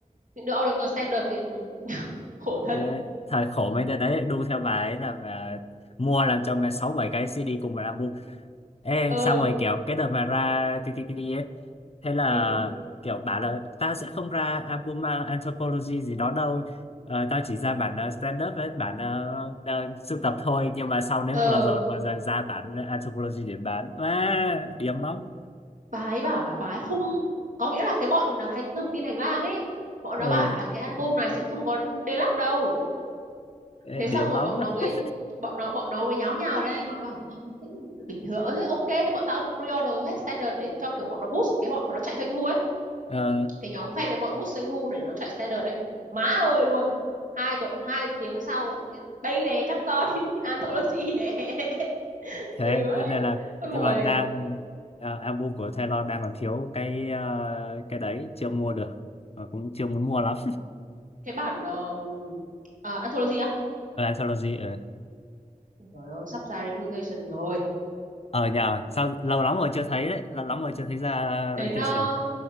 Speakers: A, on the right; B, on the left.
A: những đứa order standard thì <laughs> khổ thân
B: ờ, thời khổ mấy đứa đấy lại đu theo bà ấy là mà mua làm cho mẹ sáu bảy cái CD cùng một album ê
A: ờ
B: xong rồi kiểu cái đợt mà ra TTTD ấy thế là
A: ừ
B: kiểu bảo là tao sẽ không ra album à, Anthropology gì đó đâu Ờ, tao chỉ ra bản uh, stand up với bản uh, uh, sưu tập thôi nhưng mà sau đến
A: ờ
B: vừa rồi vừa rồi ra bản Anthropology để bán à, điểm lắm
A: bà ấy bảo là bà ấy không có nghĩa là cái bọn hành thông tin hành lang ấy bọn
B: ừ,
A: nó bảo là cái album này sẽ không có deluxe đâu thế
B: điểm
A: xong rồi
B: lắm
A: bọn nó mới
B: <laughs>
A: bọn nó bọn nó mới nháo nhào lên bọn nó bảo à, thế bình thường ờ, thế ok thì bọn tao pre-order hết standard để cho kiểu bọn nó boost cái bọn mà nó chạy doanh thu ấy
B: Ờ,
A: cái nhóm fan này bọn bút doanh thu để nó chạy standard đấy má ơi luôn hai tuần hai tiếng sau đây nè các con <laughs> anthology nè <laughs>
B: thế
A: cười quá
B: cho nên là
A: con
B: nhưng
A: bộ
B: mà
A: này
B: đang ờ, album của Taylor đang còn thiếu cái ờ, cái đấy chưa mua được Ờ, cũng chưa muốn mua lắm
A: cái bản ờ, ờ, anthology á
B: <laughs> Anthology ở
A: Trời ơi, sắp ra reputation rồi
B: ở nhà sao lâu lắm rồi chưa thấy đấy lâu lắm rồi chưa thấy ra
A: đến
B: Reputation
A: ờ,